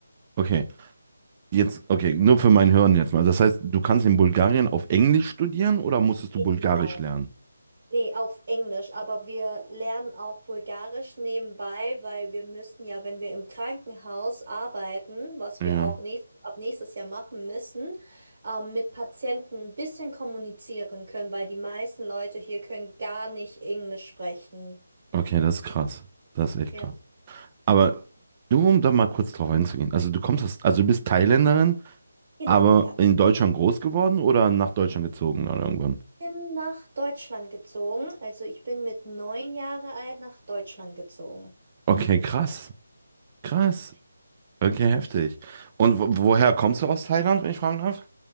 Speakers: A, on the right; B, on the right.
A: Okay, jetzt, okay, nur für mein Hören jetzt mal. Das heißt, du kannst in Bulgarien auf Englisch studieren oder musstest
B: Genau.
A: du Bulgarisch lernen?
B: Nee, auf Englisch, aber wir lernen auch Bulgarisch nebenbei, weil wir müssen ja, wenn wir im Krankenhaus arbeiten, was
A: Ja.
B: wir auch nächst, ab nächstes Jahr machen müssen, ähm, mit Patienten ein bisschen kommunizieren können, weil die meisten Leute hier können gar nicht Englisch sprechen.
A: Okay, das ist krass. Das ist echt
B: Ja.
A: krass. Aber nur um da mal kurz drauf einzugehen. Also du kommst aus, also du bist Thailänderin,
B: Genau,
A: aber
B: ja.
A: in Deutschland groß geworden oder nach Deutschland gezogen oder irgendwann?
B: Ich bin nach Deutschland gezogen. Also ich bin mit neun Jahre alt nach Deutschland gezogen.
A: Okay, krass. Krass. Okay, heftig. Und wo, woher kommst du aus Thailand, wenn ich fragen darf?